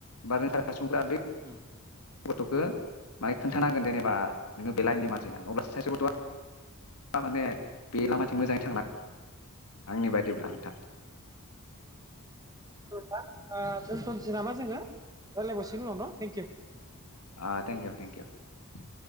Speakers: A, on the left (about 85°); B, on the right (about 15°).
A: बा रोंखा राखा सुबुंफोरा बे
B: उ
A: गथखो बाहाय खोन्थानांगोन जेनेबा नोङो बेलाइनि मानस अब्लासो सासे गथ'आ आ‌ माने बे लामा थिं मोजाङै थांना आंनि बायिब्ला नोंथां
B: थां ओ दोनथनोसै नामा जोङो रायज्लायबावसिगोन उनाव न' थेंक इउ
A: आ थेंक इउ थेंक इउ